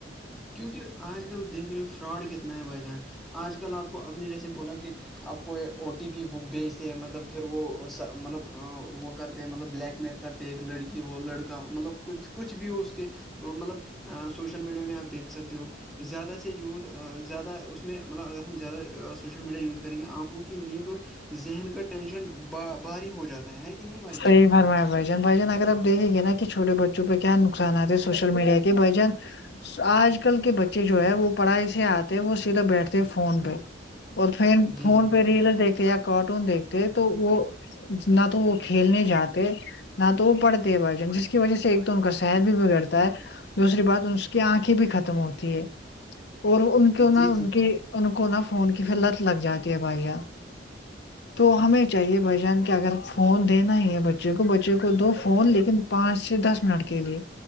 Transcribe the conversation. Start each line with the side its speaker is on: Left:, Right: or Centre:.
Centre: کیونکہ آج کل دیکھ رہے ہو فراڈ کتنا ہے بھائی جان آج کل آپ کو اپنی جیسے بولا کہ آپ کوئی او ٹی پی بک بھیجتے ہیں مطلب پھر وہ مطلب وہ کرتے مطلب بلیک میل کرتے لڑکی ہو لڑکا مطلب کچھ کچھ بھی ہو کے مطلب سوشل میڈیا میں آپ دیکھ سکتے ہو زیادہ سے یوز زیادہ اس اس میں مطلب اگر ہم زیادہوشل میڈیا یز کریں گے آنکھ کو کہ نیند اور ذہن کا ٹینشن بھاری ہو جاتا ہے کہ نہیں بھائی جان
Left: صحیح فرمایا بھائی جان یار بھائی جان اگر اپ دیکھیں گے نا کہ چھوٹے بچوں پر کیا نقصانات ہے سوشل میڈیا کے بھائی جان آج کل کے بچے جو ہے وہ پڑھائی سے آتے وہ سیدھا بیٹھتے ہے فون پہ اور فین
Centre: جی
Left: فون
Centre: جی
Left: پہ ریل دیکھتے یا کارٹون دیکھتے تو وہ نہ تو وہ کھیلنے جاتے نہ تو وہ پڑھتے بھائی جان جس کی وجہ سے ایک تو ان کا صحت بھی بگڑتا ہے دوسری بات اس کی آنکھیں بھی ختم ہوتی ہے اور ان کو
Centre: جی
Left: نا ان
Centre: جی
Left: کے ان کو نا فون کی پھر لت لگ جاتی ہے بھائی جان تو ہمیں چاہیے بھائی جان کہ اگر فون دینا ہی ہے بچے کو بچے کو دو فون لیکن پانچ سے دس منٹ کے لیے